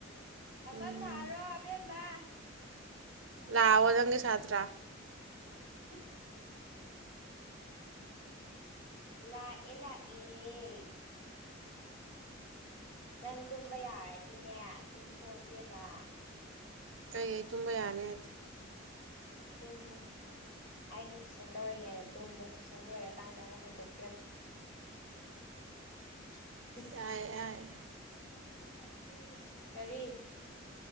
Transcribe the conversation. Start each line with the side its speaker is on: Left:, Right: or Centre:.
Left: ꯐꯝꯐꯝ
Right: ꯎꯝ
Left: ꯊꯥꯔꯣ ꯑꯕꯦꯝꯃ
Right: ꯂꯋꯥꯑꯣ ꯅꯪꯒꯤ ꯁꯥꯇ꯭ꯔꯥ
Left: ꯂꯥꯏ ꯂꯥꯛ ꯑꯦ ꯂꯥꯛ ꯑꯦ <unintelligible> ꯅꯪ ꯇꯨꯝꯕ ꯌꯥꯔꯅꯤꯅꯦ ꯇꯨꯝꯊꯣꯛꯏꯕꯦꯝꯃ
Right: ꯀꯩ ꯑꯩ ꯇꯨꯝꯕ ꯌꯥꯅꯤ ꯍꯥꯏꯗꯤ
Left: ꯇꯨꯝ ꯑꯩꯅ ꯇꯨꯏꯁꯟ ꯇꯧꯔꯤꯉꯩꯗ ꯇꯨꯝꯃꯨ ꯇꯨꯏꯁꯟ ꯂꯣꯏꯔꯀꯥꯟꯗ ꯑꯃꯨꯛ ꯍꯧꯗꯣꯛꯄꯤꯔꯛꯀꯦ <unintelligible>
Right: ꯌꯥꯏ ꯌꯥꯏ
Left: ꯀꯔꯤ